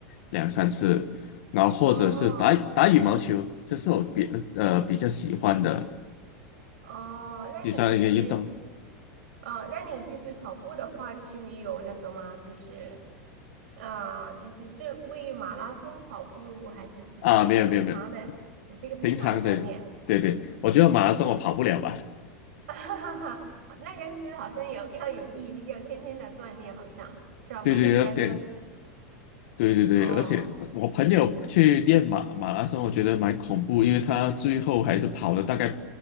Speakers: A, on the left (about 65°); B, on the right (about 70°).
A: 两三次，然后或者是打打羽毛球，
B: 哦
A: 这是我比呃比较喜欢的
B: 哦，那你就是。
A: 第三一个运动
B: 呃，那你就是跑步的话，就是你有那个吗？就是啊、就是就为马拉松跑步，还是是只是平常的，
A: 啊。没有没有没有，
B: 只是一个平常的锻炼？
A: 平常在对对，我觉得马拉松我跑不了吧？
B: <laughs> 哈哈哈好那个是好像有要有毅力，要天天的锻炼，好像是吧？每个礼拜都要。
A: 对对对对对对对，
B: 哦
A: 而且我朋友去练马马拉松，我觉得蛮恐怖，因为他最后还是跑了大概